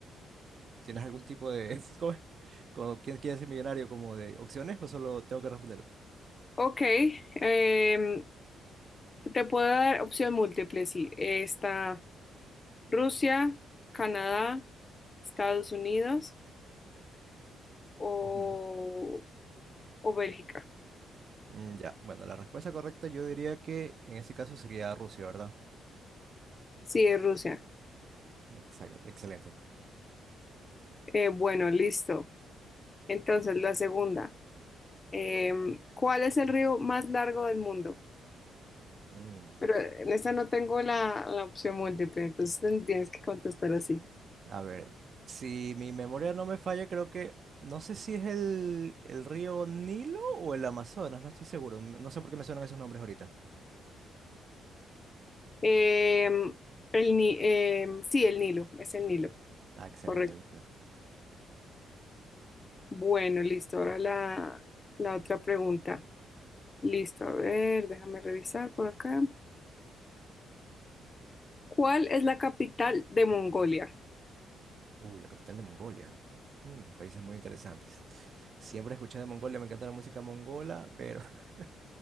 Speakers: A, on the right; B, on the left.
A: ¿tienes algún tipo de... <laughs> ¿Cómo es? Como, ¿quién quiere ser millonario? ¿Como de opciones o solo tengo que responder?
B: Ok. em, te puedo dar opción múltiple, sí. Está Rusia, Canadá, Estados Unidos o,
A: Ujú.
B: o Bélgica.
A: Mm, ya, bueno, la respuesta correcta yo diría que en ese caso sería Rusia, ¿verdad?
B: Sí, es Rusia.
A: Exac- excelente.
B: Eh, bueno, listo. Entonces, la segunda. Em, ¿cuál es el río más largo del mundo?
A: Mm.
B: Pero en esta no tengo la, la opción múltiple, entonces ten- tienes que contestar así.
A: A ver, si mi memoria no me falla, creo que, no sé si es el, el río Nilo o el Amazonas, no estoy seguro. m- No sé por qué me suenan esos nombres ahorita.
B: Em, el, Ni- em, sí, el Nilo, es el Nilo,
A: Ah, excelente,
B: correcto.
A: el Nilo.
B: Bueno, listo. Ahora la, la otra pregunta. Listo, a ver, déjame revisar por acá. ¿Cuál es la capital de Mongolia?
A: Uy, la capital de Mongolia. Mm, países muy interesantes. Siempre escuché de Mongolia, me encanta la música mongola, pero <laughs>